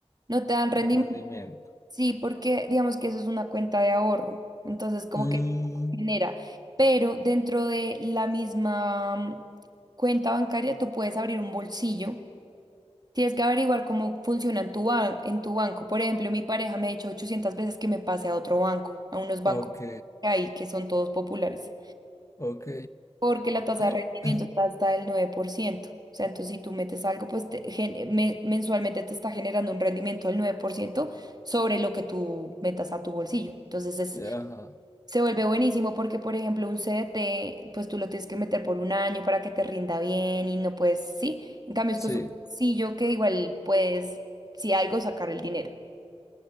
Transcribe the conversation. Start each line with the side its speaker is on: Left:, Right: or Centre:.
Right: No te dan
Left: de
Right: rendimiento.
Left: rendimiento.
Right: Sí, porque digamos que eso es una cuenta de ahorro, entonces como
Left: Mm,
Right: que genera, pero dentro de la misma mm, cuenta bancaria tú puedes abrir un bolsillo, tienes que averiguar cómo funciona en tu, ban- en tu banco. Por ejemplo, mi pareja me ha dicho 800 veces que me pase a otro banco, a unos bancos
Left: ok,
Right: que hay que son todos populares
Left: ok,
Right: porque la tasa
Left: <clears throat>
Right: de rendimiento está hasta el nueve por ciento O sea, entonces si tú metes algo, pues te gen- me- mensualmente te está generando un rendimiento del 9% sobre lo que tú metas a tu bolsillo. Entonces es-
Left: ajá,
Right: se vuelve buenísimo porque, por ejemplo, un CDT, pues tú lo tienes que meter por un año para que te rinda bien y no puedes, sí. En cambio, esto
Left: sí.
Right: es un bolsillo que igual puedes, si algo, sacar el dinero.